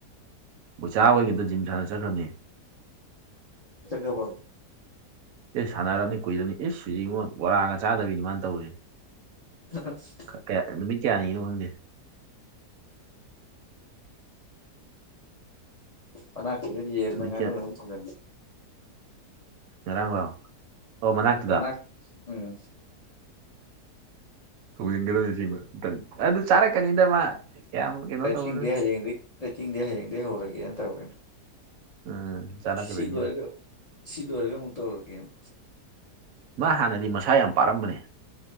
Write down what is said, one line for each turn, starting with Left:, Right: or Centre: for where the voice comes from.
Right: ꯕꯣꯢꯆꯥ ꯑꯣꯏꯒꯤꯗ ꯖꯤꯝ ꯁꯥꯟꯅ ꯆꯠꯈ꯭ꯔꯝꯅꯤ
Left: ꯆꯠꯈ꯭ꯔꯕꯣ
Right: ꯢꯁ ꯁꯥꯟꯅꯔꯝꯅꯤ ꯀꯨꯏꯔꯝꯅꯤ ꯢꯁ ꯍꯨꯖꯤꯛꯉꯣ ꯕꯣꯔꯥꯒ ꯆꯥꯗꯕꯤꯅꯤ ꯃꯥꯅ ꯇꯧꯔꯤ
Left: ꯑꯁ
Right: ꯀꯌꯥ ꯅꯨꯃꯤꯠ ꯀꯌꯥꯅꯤꯒꯤꯅꯣ ꯈꯪꯗꯦ
Left: ꯃꯅꯥꯛꯇꯨꯗ ꯌꯦꯜꯅ
Right: ꯅꯨꯃꯤꯠ
Left: ꯉꯥꯅꯨꯔ
Right: ꯀꯌꯥ
Left: ꯑꯃ ꯊꯣꯡꯖꯟꯕ
Right: ꯉꯔꯥꯡꯂꯣ ꯑꯣ ꯃꯅꯥꯛꯇꯨꯗ
Left: ꯃꯅꯥꯛ
Right: ꯑꯍ
Left: ꯎꯝ
Right: ꯊꯣꯡꯍꯟꯒꯗꯅꯦ ꯑꯁꯦꯡꯕ ꯑꯝꯇꯪ ꯑꯗꯨ ꯆꯥꯔꯛꯀꯅꯤꯗ ꯃꯥ ꯀꯌꯥꯝ ꯀꯩꯅꯣ
Left: ꯗꯥꯏꯇꯤꯡꯗꯤ
Right: ꯇꯧꯔꯨꯅꯨ
Left: ꯍꯌꯦꯡꯗꯩ ꯗꯥꯏꯇꯤꯡꯗꯤ ꯍꯌꯦꯡꯗꯩ ꯍꯧꯔꯒꯦꯅ ꯇꯧꯔꯦꯅꯦ
Right: ꯎꯝ ꯆꯥꯔꯛꯀꯗꯣꯏꯅꯤ
Left: ꯁꯤ ꯂꯣꯏꯔꯒ
Right: ꯑꯗꯨꯝ
Left: ꯁꯤ ꯑꯣꯏꯔꯒ ꯑꯃꯨꯛ ꯇꯧꯔꯒꯦꯅ
Right: ꯃꯥ ꯍꯥꯟꯅꯗꯤ ꯃꯁꯥ ꯌꯥꯝ ꯄꯥꯔꯝꯕꯅꯦ